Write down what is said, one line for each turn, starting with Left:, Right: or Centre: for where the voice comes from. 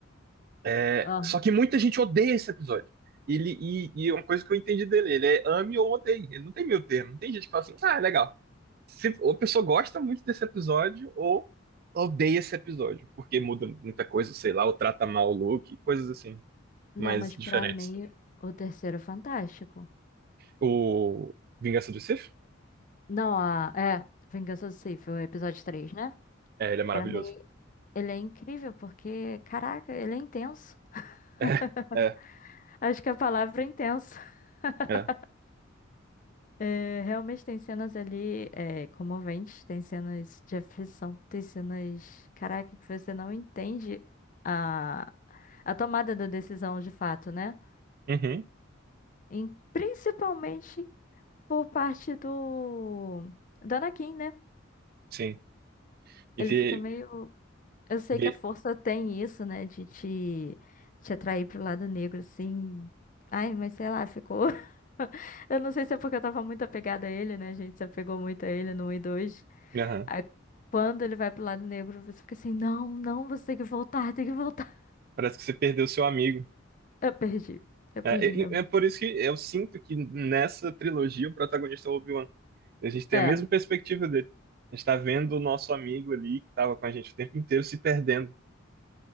Right: É,
Left: aham.
Right: só que muita gente odeia esse episódio. Ele, e, e uma coisa que eu entendi dele, ele é ame ou odeie. Ele não tem meio termo. Não tem gente que fala assim, ah, é legal se, ou a pessoa gosta muito desse episódio, ou odeia esse episódio, porque muda muita coisa, sei lá, ou trata mal o Luke, coisas assim,
Left: Não,
Right: mais
Left: mas
Right: diferentes.
Left: pra mim, o terceiro é fantástico.
Right: O Vingança do Sith?
Left: Não, a, é, Vingança do Sith, o episódio 3, né?
Right: É, ele é maravilhoso.
Left: Pra mim, ele é incrível porque, caraca, ele é intenso. <laughs>
Right: É, é,
Left: Acho que a palavra é intenso. <laughs>
Right: é.
Left: É, realmente tem cenas ali é, comoventes, tem cenas de aflição, tem cenas, caraca, que você não entende a, a tomada da decisão de fato, né?
Right: Uhum,
Left: Em- principalmente por parte do, do Anakin, né?
Right: sim. E
Left: Ele
Right: vê,
Left: fica meio. Eu sei
Right: vê,
Left: que a força tem isso, né? De te, te atrair pro lado negro, assim. Ai, mas sei lá, ficou. <laughs> Eu não sei se é porque eu tava muito apegada a ele, né? A gente se apegou muito a ele no 1 e 2.
Right: aham.
Left: Aí quando ele vai pro lado negro, você fica assim, não, não, você tem que voltar, tem que voltar.
Right: Parece que você perdeu seu amigo.
Left: <laughs> Eu perdi, eu
Right: É,
Left: perdi mesmo.
Right: é, é por isso que eu sinto que nessa trilogia o protagonista é o Obi-Wan. A gente tem
Left: É,
Right: a mesma perspectiva dele. A gente tá vendo o nosso amigo ali, que tava com a gente o tempo inteiro, se perdendo.